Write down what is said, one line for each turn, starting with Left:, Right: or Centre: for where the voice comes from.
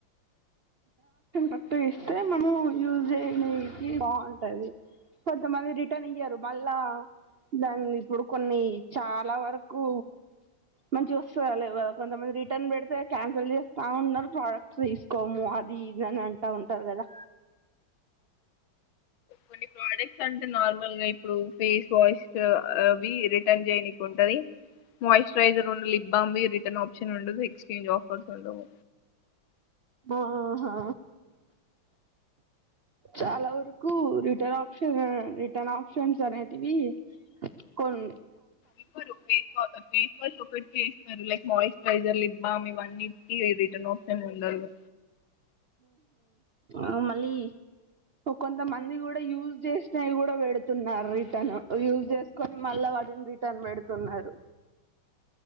Right: రిటన్ ఇస్తే మనం యూజ చేయనికి బాగుంటది కొంతమంది రిటర్న్ ఇయారు మళ్ళా దాన్ని ఇప్పుడు కొన్ని చాలా వరకు మంచిగా వస్తలే కొంతమంది రిటర్న్ పెడితే క్యాన్సిల్ చేస్తా ఉన్నారు ప్రోడక్ట్స్ తీసుకోము అది ఇది అంటా ఉంటారు కదా
Left: కొన్ని ప్రోడక్ట్స్ అంటే నార్మల్గా ఇప్పుడు ఫేస్ వాష్ అవి రిటర్న్ చేయడానికి ఉంటది మాశ్చరైజర్ ఉన్న లిప్ బామ్ రిటర్న్ ఆప్షన్ ఉండదు ఎక్స్చేంజ్ ఆఫర్స్ ఉండవు
Right: ఆహా చాలా వరకు రిటర్న్ ఆప్షన్ రిటర్న్ ఆప్షన్స్ అనేటివి కొన్
Left: ఇవ్వరు ఫేస్ ఫేస్ వాష్ ఒకరటికే ఇస్తారులే మాయిచరైజర్లు లిబ్బం ఇవ్వ నిటికి రిటర్న్ ఆప్షన్ ఉండదు
Right: ఆహ మళ్ళీ కొంతమంది కూడా యూజ్ చేసినవి కూడా పెడుతున్నారు రిటర్న్ యూజ చేసుకొని మళ్ళీ వాటిని రిటర్న్ పెడుతున్నారు